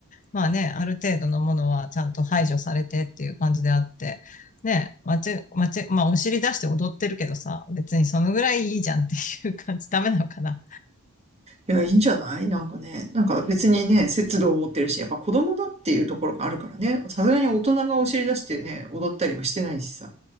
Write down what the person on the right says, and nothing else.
いや、いいんじゃないなんかね、なんか別にね、節度を持ってるし、やっぱ子供だっていうところがあるからね、さすがに大人がお尻出してね、踊ったりはしてないしさ。